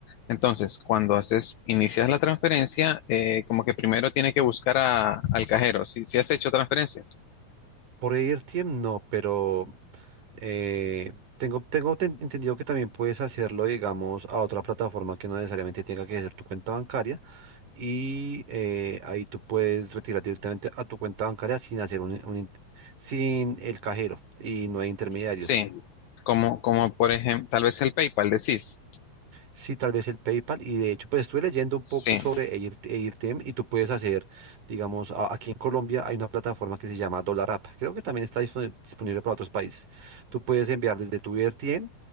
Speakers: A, on the left; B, on the right.
A: Entonces, cuando haces, inicias la transferencia, eh, como que primero tiene que buscar a- al cajero. Si, si has hecho transferencias.
B: Por AirTM no, pero eh, tengo, tengo ten- entendido que también puedes hacerlo, digamos, a otra plataforma que no necesariamente tenga que ser tu cuenta bancaria y eh, ahí tú puedes retirar directamente a tu cuenta bancaria sin hacer un, un in- sin el cajero y no hay intermediarios.
A: Sí. Como, como por ejemplo, tal vez el PayPal, decís.
B: Sí, tal vez el PayPal. Y de hecho, pues estuve leyendo un
A: Sí,
B: poco sobre Air- AirTM y tú puedes hacer, digamos, a- aquí en Colombia hay una plataforma que se llama Dollar App. Creo que también está dispone- disponible para otros países. Tú puedes enviar desde tu AirTM